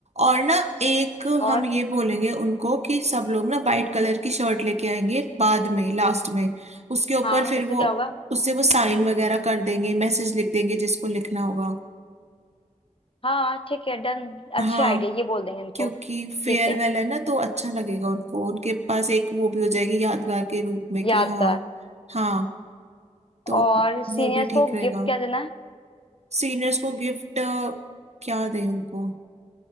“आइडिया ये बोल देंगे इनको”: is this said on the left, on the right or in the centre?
Left